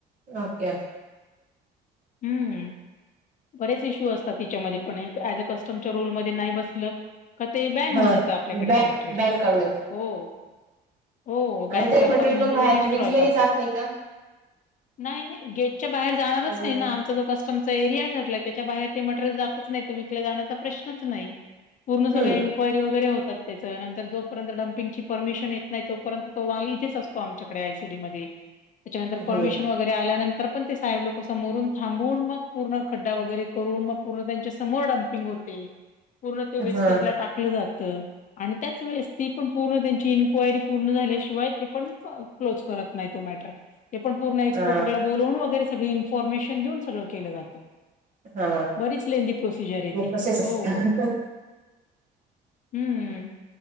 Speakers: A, on the right (about 45°); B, on the left (about 50°).
A: ओके.
B: हम्म हम्म बरेच इश्यू असत तात हीच्या पण मधे पण एक एज अ कस्टमच्या रूलमध्ये नाही बसलं का ते बॅन होऊन
A: हा
B: जातं आपल्याकडे
A: बॅ
B: ते मटेरियल.
A: बॅन काढून येतात
B: हो. हो बॅन
A: आणि ते
B: करतात
A: मटेरियल
B: म्हणजे
A: मग बाहेर
B: ते डिस्ट्रॉय
A: विकलंही
B: करतात
A: जात नाही का
B: नाही नाही गेटच्या बाहेर जाणारच
A: हम्म
B: नाही ना आमचा जो कस आमचा एरिया ठरलाय त्याच्या बाहेर ते मटेरियल जातच नाही तर विकला जाण्याचा प्रश्न. पूर्ण सगळ
A: हम्म
B: इन्क्वायरी वगरे होतात त्या नंतर जोपर्यंत डमपिंगची परमिशन. नाही तोंपर्यंत तो अहवाल इथेच असतो आमच्याकडे आयसीडी मध्ये त्याच्यानंतर
A: हम्म
B: परमिशन वगैरे आल्यानंतर. पण ते साहेब लोक समोरून थांबून मग पूर्ण खड्डा वगैरे करून मग पूर्ण त्यांच्या समोर डम्पिंग होते. पूर्ण ते वेस्टेजला
A: हा
B: टाकलं जात आणि त्याच वेळेस ती पण पूर्ण त्यांची इनक्वायरी. पूर्ण झाल्याशिवाय ते पण क्लोज करत नाही तो मॅटर ते पण पूर्ण एक्स्पॉटरला.
A: हा
B: बोलवून वगैरे सगळी इन्फॉर्मेशन देऊन सगळं केलं जातं.
A: हा
B: बरीच लेंदी प्रोसिजर आहे
A: मग
B: ती
A: तसेच असते
B: हो हो. हम्म